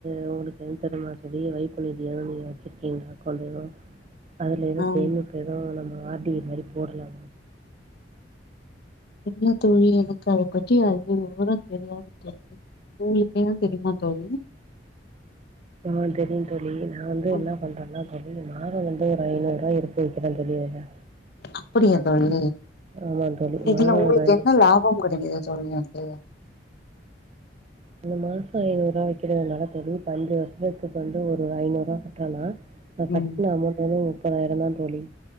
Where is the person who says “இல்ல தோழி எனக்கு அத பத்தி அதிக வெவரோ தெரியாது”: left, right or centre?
Left